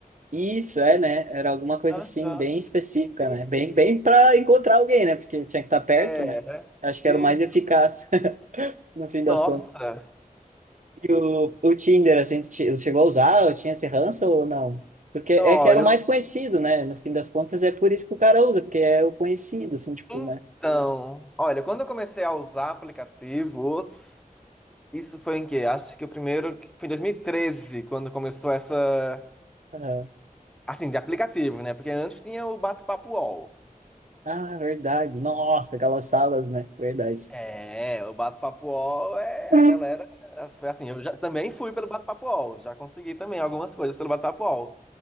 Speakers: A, on the right; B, in the centre.
A: Isso, é, né? Era alguma coisa
B: Aham,
A: assim, bem específica,
B: Sim,
A: né? Bem,
B: sim.
A: bem para encontrar alguém, né? Porque tinha que estar perto,
B: Era.
A: né? Acho que
B: E.
A: era o mais eficaz, <laughs> no fim das
B: Nossa.
A: contas. E o, o Tinder, assim, tu che- chegou a usar? Ou Tinha esse ranço ou não? Porque é
B: Olha,
A: que era o mais conhecido, né? No fim das contas, é por isso que o cara usa, porque é o conhecido, assim, tipo,
B: então.
A: né?
B: Olha, quando eu comecei a usar aplicativos. Isso foi em que? Acho que o primeiro. que- Foi em 2013, quando começou essa.
A: Aham.
B: Assim, de aplicativo, né? Porque antes tinha o Bate-Papo UOL.
A: Ah, verdade. Nossa, aquelas salas, né? Verdade.
B: É, o Bate-Papo UOL é
A: Hum.
B: a galera. Foi assim, eu já também fui pelo Bate-Papo UOL. Já consegui também algumas coisas pelo Bate-Papo UOL.